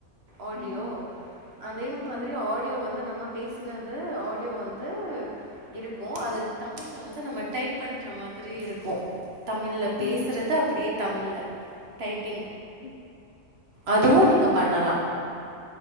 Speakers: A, on the right (about 45°); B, on the left (about 40°).
A: ஆடியோ
B: ம்
A: அதே மாதிரி
B: ம்
A: ஆடியோ வந்து நம்ம நம்ம பேசினத ஆடியோ வந்து இருக்கு அது தமிழ்ல வந்து நம்ம டைப் பண்ற மாதிரி இருக்கு தமிழ்ல பேசுறத
B: ம்
A: அப்டியே தமிழ்ல டைப்பிங்
B: ஓ
A: அதுவு நீங்க
B: ஓகே
A: பண்ணலா